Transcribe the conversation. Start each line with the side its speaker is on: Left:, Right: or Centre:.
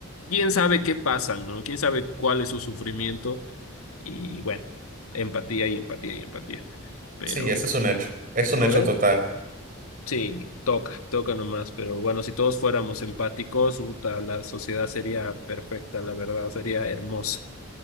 Left: quién sabe qué pasan, ¿no? Quién sabe cuál es su sufrimiento y bueno, empatía y empatía y empatía. Pero
Right: Sí, ese es un hecho. Es un
Left: ¿No
Right: hecho
Left: ve?
Right: total,
Left: sí, toca, toca nomás. Pero bueno, si todos fuéramos empáticos, puta, la sociedad sería perfecta, la verdad, sería hermosa.